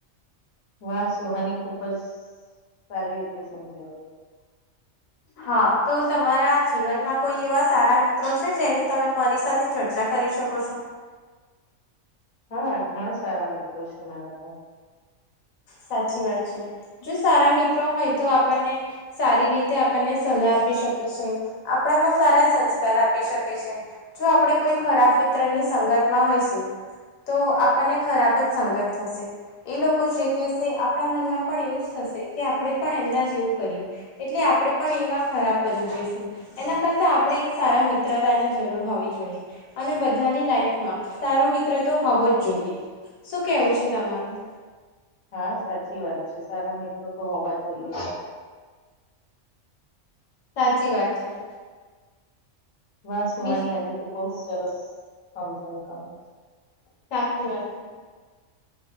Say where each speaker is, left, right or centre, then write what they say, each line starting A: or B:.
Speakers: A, on the left; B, on the left.
A: વા સુહાની ખુબજ સારી રીતે સમજાવી.
B: હા તો તમારા જીવનમાં કોઈ એવા સારા મિત્રો છે, જેની તમે મારી સાથે ચર્ચા કરી શકો છો.
A: હા ઘણા સારા મિત્રો છે મારા તો
B: સાચી વાત છે. જો સારા મિત્રો હોય તો, આપણને સારી રીતે આપણને સલાહ આપી શકે છે. આપણામાં સારા સંસ્કાર આપી શકે છે. જો આપણે કોઈ ખરાબ મિત્રની સંગતમાં હોઈશુ તો આપણને ખરાબ જ સંગત થશે. એ લોકો જે કેશે આપણા મનમાં પણ એવું જ થશે કે, આપણે પણ એમના જેવું કરીએ એટલે આપણે પણ એ વા ખરાબ બની જઈશું એના કરતા આપણે એક સારા મિત્રતાની જરૂર હોવી જોઈએ અને બધા લઈફમાં સારો મિત્ર તો હોવો જ જોઈએ. શું કેવું છે તમારું?
A: હા સાચી વાત છે. સારા મિત્રો તો હોવા જોઈએ. <unintelligible>
B: સાચી વાત છે
A: હા સુહાની
B: બી
A: આજે ખુબ બહુ રારસ સમજાવ્યુ તમે.
B: સાચી વાત છે